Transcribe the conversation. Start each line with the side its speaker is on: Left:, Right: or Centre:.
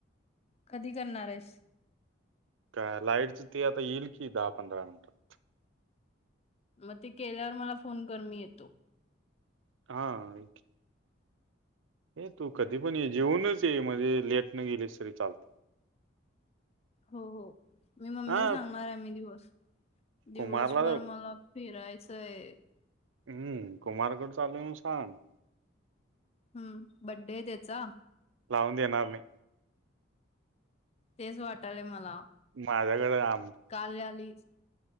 Left: कधी करणार आहेस
Right: का लाईटच ते आता येईल की दहा पंधरा मिनिटात
Left: मग ते केल्यावर मला फोन कर मी येतो
Right: हा ऐ तू कधी पण ये जेऊनच ये म्हंजे लेटनं गेलीस तरी चालते.
Left: हो हो मी मम्मी
Right: हा
Left: सांगणार आहे मी दिवस दिवसभर
Right: कुमारला
Left: मला फिरायचंय.
Right: हम्म कुमारगड चालूय म सांग
Left: हम्म बड्डे त्याचा
Right: लावं येणारमे
Left: तेच वाटालेय मला
Right: माझ्याकडें आम
Left: काल रात्रीस